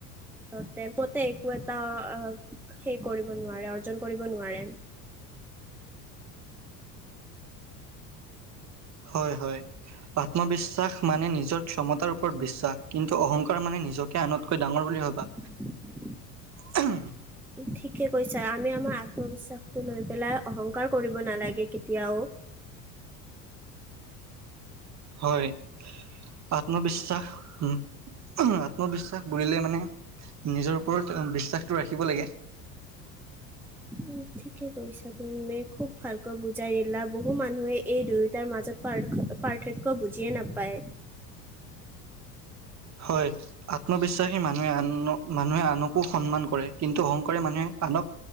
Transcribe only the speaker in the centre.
ত'তে প'তে একো এটা অ' সেই কৰিব নোৱাৰে, অৰ্জন কৰিব নোৱাৰে।
<inaudible>
ঠিকে কৈছা। আমি আমাৰ আত্মবিশ্বাসটো লৈ পেলাই অহংকাৰ কৰিব নালাগে কেতিয়াও।
উম ঠিকে কৈছা তুমি, খুব ভালকৈ বুজাই দিলা। বহু মানুহে এই দুয়োটাৰ মাজত পাৰ্ষ পাৰ্থক্য বুজিয়েই নাপায়।